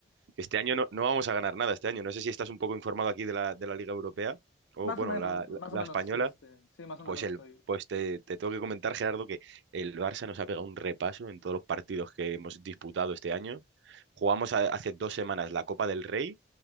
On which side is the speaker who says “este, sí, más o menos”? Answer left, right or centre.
Left